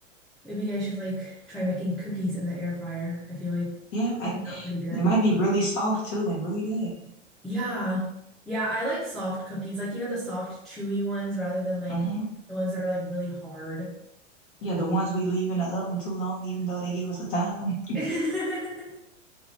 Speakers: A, in the centre; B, on the left (about 45°).
A: Maybe I should like try making cookies in the air fryer. I feel like
B: Yeah, I,
A: they're not pretty good.
B: it might be really soft too and really good.
A: Yeah. Yeah, I like soft cookies. Like, you know, the soft, chewy ones rather than like
B: hmm
A: the ones that are like really hard.
B: Yeah, the ones we leave in the oven too long, even though they give us a time. <laughs>
A: <laughs>